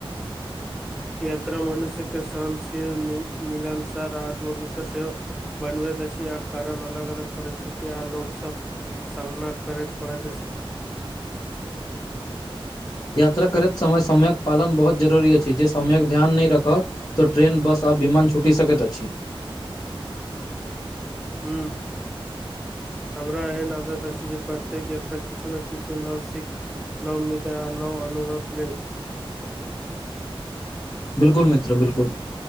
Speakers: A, in the centre; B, on the left.
A: यात्रा मनुष्य के सहनशील मिलानसार आत्मविश्वासेवा बनबैत अछी कारण अलग अलग परिस्थिति आ लोकसभ सामना करय पड़ैत अछि
B: यात्रा करैत समय समयक पालन बहुत जरूरी अछि जे समेयक ध्यान नय रखब तऽ ट्रेरेन बस आ विमान छूटी सकैत अछि
A: हूँ हमरा एहन आदत अछी जे प्रत्येक यात्रा किछु न किछु नासिक नो मित्र नो अनुभव प्ली
B: बिल्कुल मित्र बिल्कुल